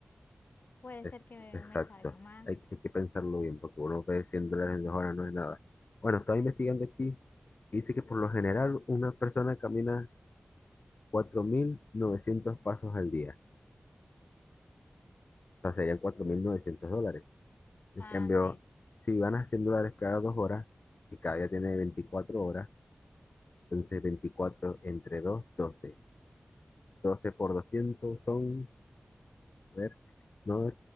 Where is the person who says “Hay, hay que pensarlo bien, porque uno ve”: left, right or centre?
Left